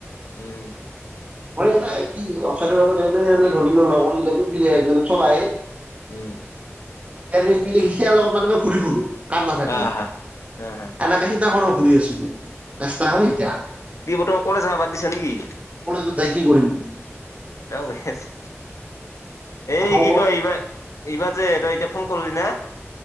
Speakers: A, on the left; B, on the right.
A: উম
B: <unintelligible> <inaudible> লগৰবিলাকে পিলপিলা আহি পেলাই চলায়।
A: উম
B: এ <unintelligible> লগত মানে মই ঘূৰি ফুৰোঁ। কাম নাথাক্লি।
A: হা হা হা হা
B: এনেকে দিনাখনো ঘুৰি আছিলোঁ। ৰাস্তা হ'ল এতিয়া।
A: <unintelligible> কলেজ যাৱা বাদ দিছা নেকি?
B: ক'লেতো তাই কি কৰিম?
A: বাটাও <unintelligible> এই
B: অ
A: কি কয় এইবাৰ-এইবাৰ যে তই এতিয়া ফোন কৰলি না